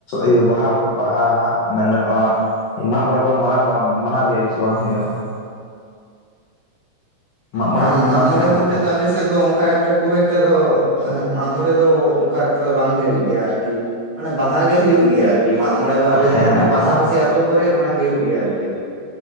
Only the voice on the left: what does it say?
ᱤᱭᱟᱹ ᱵᱟᱦᱟ ᱵᱷᱚᱨ ᱵᱟᱦᱟ ᱦᱟᱸᱜ ᱢᱮᱱ ᱜᱟᱱᱚᱜᱼᱟ ᱢᱟᱜ ᱢᱚᱬᱮ ᱠᱚ ᱢᱟᱱᱟᱣ ᱢᱟᱱᱟᱣ ᱜᱮᱭᱟᱥᱮ ᱵᱟᱝ ᱦᱩᱭᱩᱜᱼᱟ ᱾ ᱢᱟᱜ ᱢᱚᱬᱮ
ᱫᱚ
ᱵᱟᱝ ᱦᱩᱭᱩᱜᱼᱟ
ᱟᱯᱮ
ᱦᱮᱸ
ᱵᱟᱦᱟ